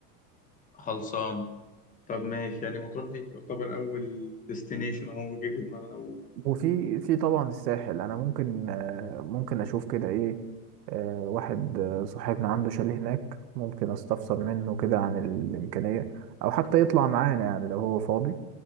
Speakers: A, on the left; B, on the right.
A: خلصانة طب ماشي يعني مطروح ايه يعتبر اول ديستنيشن او جه في دماغنا و...
B: وفي في طبعا الساحل انا ممكن آه، ممكن اشوف كده ايه آه، واحد آه، صاحبنا عنده شاليه هناك ممكن استفسر منه كده عن الامكانيه او حتى يطلع معانا يعني لو هو فاضي